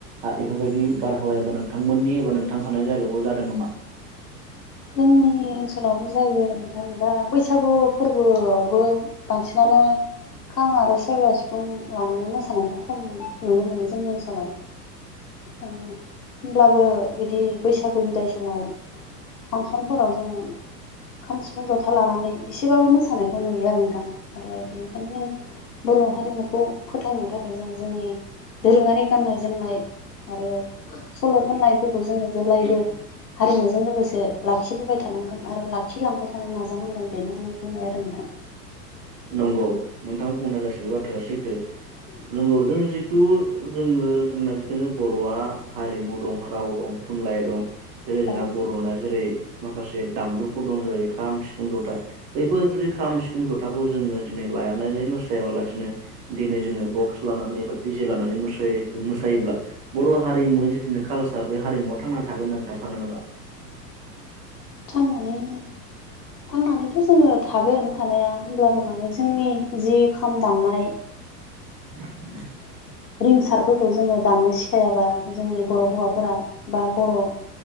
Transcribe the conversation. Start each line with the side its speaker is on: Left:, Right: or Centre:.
Right: बेफोरबायदि बारहावायाबो नोंथांमोननि एबा नों थां सारनाय जायगायावबो जादों नामा
Left: जोंनि ओनसोलावबो जायो नोंथां दा बैसाग बैसागु फोरबोआवबो बांसिनानो खां आरो सेरजा सिफुं लानानै मोसानायखौ खम नुनो मोनो जोंनि ओनसोलाव होमब्लाबो बिदि बैसागो बिदाय समाव फांसनफोराव जोङो खाम सिफुं जथा लानानै एसेबाबो मोसानायखौ नुयो आरो नोंथां आरो बेनिखायनो जों बर' हारिमुखौ फोथांनो थाखाय जों जोंनि दोरोङारि गाननाय जोमनाय आरो सल' खननायफोरखौ जोङो जेब्लायबो हारिमुजों लोगोसे लाखिबोबाय थानांगोन आरो लाखिलांबाय थानो नाजानांगोन बेनो आं बुंनाय आरो नोंथां
Right: नंगौ नोंथां बुंनाय गासिबो बाथ्राया सैथो नंगौ जों थु जोङो जोंना जिथुनि बर'आ हारिमु दं राव दं थुनलाइ दं। जेरै जोंहा
Left: औ
Right: बर'ना जेरै माखासे दामजुफोर दं जेरै खाम सिफुं जथा बैफोर जुदि खाम सिफुं ज थाखौ जोङो दिनै लानानै मोसाबालासिनो दिनै जोङो बक्स लानानै बा दिजे लानानै मो मोसायोब्ला बर' हारिमुनि जिथुनो कालसार बे हारिमुवा थांनानै थागोन होनना नोंथाङा सानो नामा
Left: थांनानै थांनानैथ' जोङो थागोन थानाया होमब्लाबो माने जोंनि जि खाम दामनाय
Right: <inaudible>
Left: रिंसारफोरखौ जोङो दामनो सिखायाबा जोंनि बर' हौवाफोरा बा बर' ओ